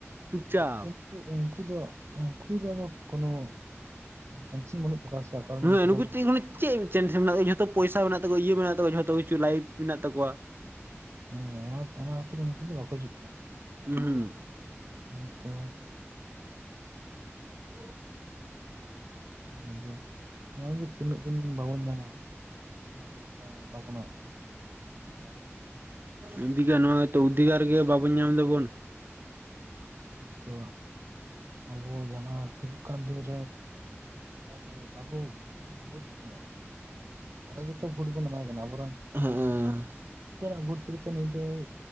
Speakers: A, on the right (about 50°); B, on the right (about 75°).
A: ᱪᱩᱯᱪᱟᱯ,
B: ᱠᱤᱱᱛᱩ ᱩᱱᱠᱩ ᱫᱚ ᱩᱱᱠᱩ ᱫᱚ ᱟᱫᱚ ᱠᱳᱱᱳ ᱴᱮᱱᱥᱮᱱ ᱵᱟᱹᱱᱩᱜ ᱛᱟᱠᱚᱣᱟ ᱥᱮ, ᱟᱠᱚᱨᱮᱱ
A: ᱱᱩᱭ
B: ᱜᱤᱫᱽᱨᱟᱹ
A: ᱱᱩᱠᱩ
B: ᱢᱟ
A: ᱛᱤᱜᱩᱱᱤᱛ ᱪᱮᱜ ᱴᱮ ᱥᱮᱱ ᱢᱮᱱᱟᱜ ᱛᱟᱠᱚᱣᱟ ᱡᱷᱚᱛᱚ ᱯᱚᱭᱥᱟ ᱢᱮᱱᱟᱜ ᱛᱟᱣᱟ ᱤᱭᱟᱹ ᱢᱮᱱᱟᱜ ᱛᱟᱠᱚᱣᱟ ᱡᱷᱚᱛᱚ ᱠᱤᱠᱷᱩ ᱞᱟᱭᱤᱯᱷ ᱢᱮᱱᱟᱜ ᱛᱟᱠᱚᱣᱟ
B: ᱦᱮᱸ ᱚᱱᱟ ᱚᱱᱟ ᱠᱷᱟᱹᱛᱤᱨ ᱩᱱᱠᱩ ᱫᱚ ᱵᱟᱠᱚ ᱦᱤᱡᱩᱜ ᱠᱟᱱᱟ
A: ᱦᱩᱸ
B: ᱦᱮᱸᱛᱳ
A: <unintelligible>
B: ᱟᱫᱚ ᱱᱚᱣᱟᱜᱮ ᱛᱤᱱᱟᱹᱜ ᱫᱤᱱ ᱵᱟᱵᱚᱱ ᱧᱟᱢᱟ᱾ ᱵᱷᱟᱜ ᱞᱮᱠᱟ ᱟᱵᱚᱱᱟᱜ ᱚᱫᱷᱤᱠᱟᱨ
A: ᱚᱫᱷᱤᱠᱟᱨ ᱱᱚᱣᱟᱛᱚ ᱚᱫᱷᱤᱠᱟᱨ ᱜᱮ ᱵᱟᱵᱚᱱ ᱧᱟᱢ ᱫᱟᱵᱚᱱ
B: ᱛᱳ ᱟᱵᱚ ᱡᱟᱦᱟᱸ ᱦᱤᱡᱩᱜ ᱠᱟᱱ ᱫᱤᱱ ᱨᱮ ᱚᱱᱠᱟ ᱜᱮ ᱟᱵᱚ ᱵᱷᱳᱴ ᱵᱟᱵᱚᱱ ᱮᱢᱟ ᱟᱵᱚ ᱜᱮᱛᱚ ᱵᱷᱳᱴ ᱵᱚᱱ ᱮᱢᱟᱭ ᱠᱟᱱᱟ ᱟᱵ
A: ᱦᱮᱸ
B: <inaudible> ᱛᱮᱨᱟᱜ ᱵᱷᱳᱴ ᱛᱤᱜᱤ ᱛᱚ ᱱᱩᱭ ᱫᱚᱭ